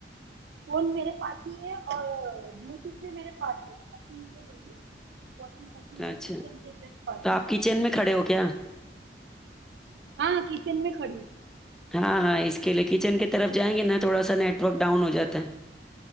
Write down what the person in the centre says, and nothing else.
اچھا
تو
آپ کچن
کھڑے ہو کیا
ہاں ہاں اس کے لیے کچن کی طرف جائیں گے نا تھوڑا سا نیٹ ورک ڈاؤن ہو جاتا ہے